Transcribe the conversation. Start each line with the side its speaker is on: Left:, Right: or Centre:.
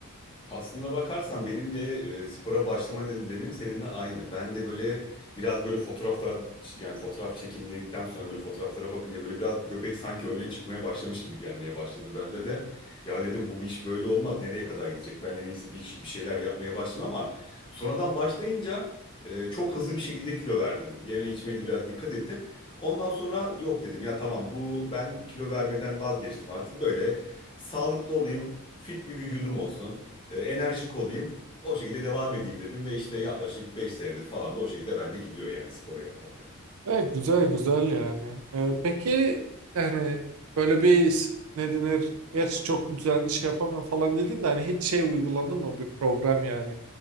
Left: Aslında bakarsan benim de e, spora başlama nedenim seninle aynı. Ben de böyle biraz böyle fotoğraflar yani fotoğraf çekindikten sonra böyle fotoğraflara bakınca böyle biraz göbek sanki öne çıkmaya başlamış gibi gelmeye başladı bende de. Ya dedim bu iş böyle olmaz nereye kadar gidecek? Ben en iyisi bir, iş- bir şeyler yapmaya başlayayım ama sonradan başlayınca e, çok hızlı bir şekilde kilo verdim. Yeme içmeye de biraz dikkat ettim. Ondan sonra yok dedim ya tamam bu ben kilo vermeden vazgeçtim artık böyle sağlıklı olayım. Fit bir vücudum olsun e, enerjik olayım. O şekilde devam edeyim dedim ve işte yaklaşık 5 senedir falan da o şekilde bende gidiyor yani spor yapmak.
Right: Evet, güzel güzel yani. Ee, peki yani böyle bir s- ne denir? Gerçi çok düzenli şey yapamıyorum falan dedin de hani hiç şey uyguladın mı bir program yani?